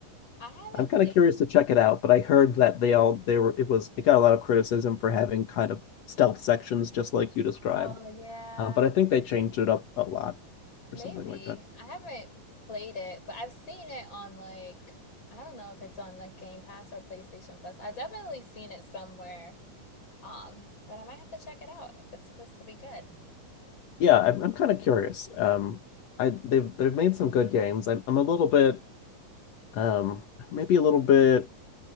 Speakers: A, on the left; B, on the left.
A: I haven't
B: I'm kind
A: played.
B: of curious to check it out, but I heard that they all they were it was it got a lot of criticism for having kind of stealth sections, just like you described.
A: Oh yeah,
B: Uh, but I think they changed it up a lot.
A: maybe.
B: or something like that.
A: I haven't played it, but I've seen it on like I don't know if it's on like Game Pass or PlayStation Plus. i definitely seen it somewhere. Um, but I might have to check it out if it's supposed to be good.
B: Yeah, I'm, I'm kind of curious. Um, I they've they've made some good games. I'm I'm a little bit um maybe a little bit